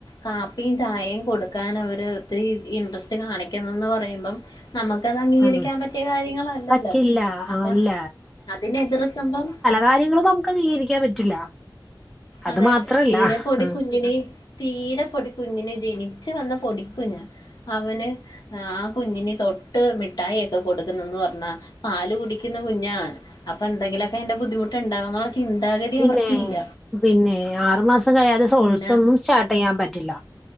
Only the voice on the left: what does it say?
കാപ്പിം ചായേം കൊടുക്കാനവര് ഒത്തിരീ ഇൻട്രെസ്റ്റ് കാണിക്കുന്നന്ന് പറയുമ്പം നമുക്കത് അംഗീകരിക്കാൻ
പറ്റിയ കാര്യങ്ങളല്ലല്ലോ
അപ്പൊ
അതിനെതിർക്കുമ്പം
അതെ
തീരെ പൊടി
കുഞ്ഞിന് തീരെ പൊടി കുഞ്ഞിന് ജനിച്ചു വന്ന പൊടിക്കുഞ്ഞാ അവന് ആഹ് ആ കുഞ്ഞിന് തൊട്ട് മിഠായിയൊക്കെ കൊടുക്കുന്ന്ന്ന് പറഞ്ഞാ പാല് കുടിക്ക്ന്ന കുഞ്ഞാണ് അപ്പന്തെങ്കിലൊക്കെ അയിന്റെ ബുദ്ധിമുട്ടുണ്ടാകുന്നുള്ള ചിന്താഗതി
അവർക്കില്ല
പിന്നെ